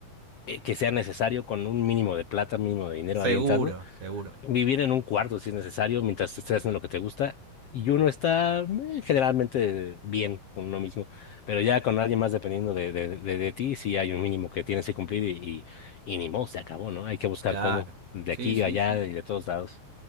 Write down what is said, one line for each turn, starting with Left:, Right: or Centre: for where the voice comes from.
Left: eh, que sea necesario con un mínimo de plata, mínimo de dinero
Right: seguro,
Left: ahí entrando
Right: seguro.
Left: vivir en un cuarto si es necesario, mientras estés haciendo lo que te gusta. Y uno está eh, generalmente bien con uno mismo, pero ya con alguien más dependiendo de, de, de, de ti, sí hay un mínimo que tienes que cumplir y, y, y ni modo, se acabó, ¿no? Hay que buscar
Right: Claro.
Left: cómo, de
Right: Sí,
Left: aquí,
Right: sí,
Left: allá
Right: sí.
Left: y de todos lados.